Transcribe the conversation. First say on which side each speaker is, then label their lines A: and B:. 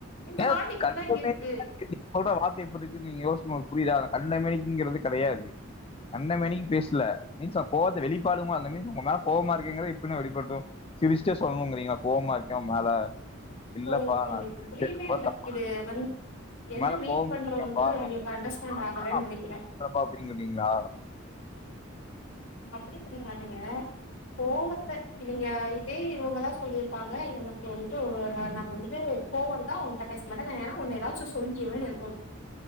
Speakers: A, on the left; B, on the left.
A: இந்த
B: ஏன்
A: பாண்ட் இப்டிதா
B: கண்ட
A: இருக்கு
B: மேனிக்கு நீங்க சொல்ற வார்த்தை எப்படி இருக்கு நீங்க யோசனை புரியதா கண்டமேனிக்குங்கிறது மட்டும் கடையாது கண்டமேனிக்கு பேசல மீன்ஸ்ன் நா கோவத்தை வெளிப்பாடு அந்த மீன்ஸ் உங்க மேல கோவமா இருக்கங்கிறல எப்படின்னு வெளிப்படும் சிரிச்சிட்ட சொல்லணுங்கிறீங்களா கோவமா இருக்கேன் உன் மேல இல்லப்பா
A: ஓ உங்களுக்கு
B: நான்
A: புரியவே
B: சரி,
A: ல்ல
B: தப்பா
A: இது வந்
B: உன்
A: என்ன
B: மேல
A: மீட்
B: கோவம்
A: பண்றோன்றது
B: இருக்குப்பா
A: உங்களுக்கு
B: நான்
A: அண்டர்ஸ்டாண்ட்
B: அதனால
A: ஆகலனு
B: அப்படி
A: நெனைக்கிறே
B: பண்றேன்ப்பா அப்டிங்கிறீங்களா?
A: எப்பிடி நீங்க அதாங்க கோவத்த நீங்க இதே இவுங்கதா சொல்லிருப்பாங்க எனக்கு வந்துட்டு ஓ ரா நா வந்துட்டு கோவந்தா உங்கிட்ட பேச மாட்டே ஏனா உன்ன ஏதாச்சு சொல்லிருவேனு எ